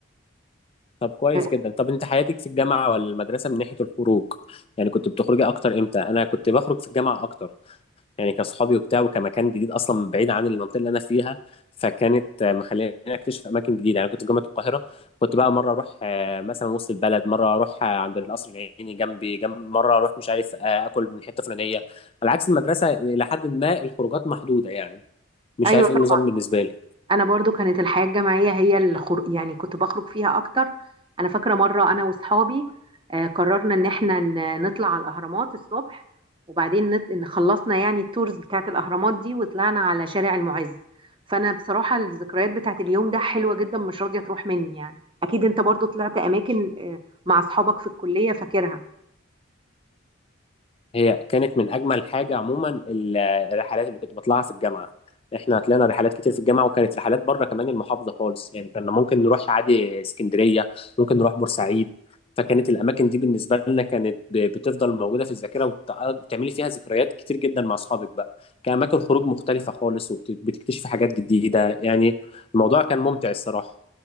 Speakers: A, on the left; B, on the right.
A: طب كويس
B: آه،
A: جدا طب انت حياتك في الجامعه ولا المدرسه من ناحيه الخروج يعني كنت بتخرجي اكتر امتى انا كنت بخرج في الجامعه اكتر يعني كاصحابي وبتاع وكمكان جديد اصلا بعيد عن المنطقه اللي انا فيها فكانت آه، مخليني اكتشف اماكن جديده يعني كنت في جامعه القاهره كنت بقى مره اروح آه، مثلا وسط البلد مره اروح آه، عند القصر العيني جنبي جنب مره اروح مش عارف آه، اكل من حته فلانيه على عكس المدرسه الى حد ما الخروجات محدوده يعني مش
B: ايوه
A: عارف ايه
B: طبعا
A: النظام بالنسبه لي
B: انا برضو كانت الحياه الجامعيه هي اللي خر... يعني كنت بخرج فيها اكتر انا فاكره مره انا واصحابي آه، قررنا ان احنا ن- نطلع على الاهرامات الصبح وبعدين نط... ان خلصنا يعني التورز بتاعت الاهرامات دي وطلعنا على شارع المعز فانا بصراحه الذكريات بتاعت اليوم ده حلوه جدا مش راضيه تروح مني يعني اكيد انت برضو طلعت اماكن آه، مع اصحابك في الكليه فاكرها
A: هي كانت من اجمل حاجه عموما ال- الرحلات اللي كنت بطلعها في الجامعه احنا طلعنا رحلات كتير في الجامعه وكانت رحلات بره كمان المحافظه خالص يعني كنا ممكن نروح عادي اسكندريه ممكن نروح بورسعيد فكانت الاماكن دي بالنسبه لنا كانت ب- بتفضل موجوده في الذاكره وبتعملي فيها ذكريات كتير جدا مع اصحابك بقى كاماكن خروج مختلفه خالص وبتكتشفي حاجات جديده يعني الموضوع كان ممتع الصراحه